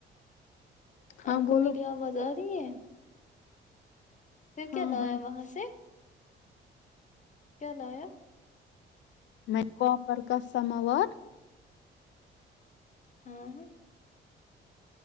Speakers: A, on the left; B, on the left.
A: ہاں
B: اپ
A: بولو
B: کو میری اواز ارہی ہے نہیں ہے پھر
A: ہاں
B: کیا لایا
A: ہاں
B: وہاں سے کیا لایا
A: میں کو پر کا سموار
B: ہاں